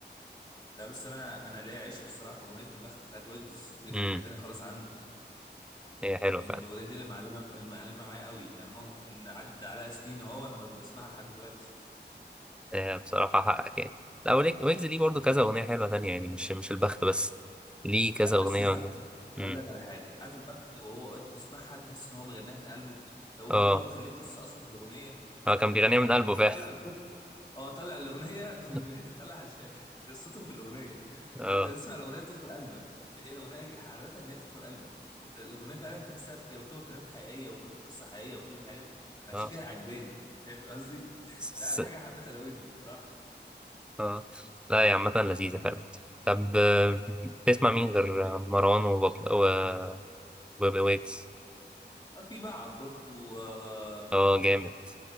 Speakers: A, on the left; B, in the centre.
A: لا بس انا انا ليا عشق الصراحه في اغنيه البخت بتاعت ويجز دي في
B: امم
A: حته تانية خالص عندي
B: هي حلوه
A: يعني
B: فعلا
A: الاغنيه دي اللي معلمه المعلمه معايا قوي يعني ممكن عدى عليها سنين اهو انا بسمعها لحد دلوقتي
B: آه، بصراحة حقك يعني لا ويك- ويجز ليه برضه كذا أغنية حلوة تانية يعني مش مش البخت بس ليه كذا
A: لا بس
B: أغنية
A: البخت
B: والناس- مم.
A: اقول لك على حاجه عارف البخت وهو انت بتسمعها تحس ان هو بيغنيها من قلبه لو
B: اه
A: هو هو كان ليه قصه اصلا في الاغنيه فده-
B: هو كان بيغنيها
A: فطلع
B: من قلبه فعلا
A: القصه اه طلع الاغنيه في ال...
B: <laughs>
A: <laughs> طلع ال- قصته في الاغنيه
B: اه
A: فانت تسمع الاغنيه تدخل قلبك هي الاغنيه حلاوتها ان هي بتدخل قلبك انت الاغنيه فعلا تحسها بك- مكتوبه كلمات حقيقيه وكل قصه حقيقيه وكل حاجه فعشان
B: اه
A: كده هي عجباني فاهم قصدي؟
B: س...
A: ده على حاجه حبيتها لويز بصراحه
B: اه لا يا عامة لذيذة فعلا طب آه، بتسمع مين غير آه، مروان وبابل و- وبابي ويجز
A: في بقى عفروتو آه،
B: اه جامد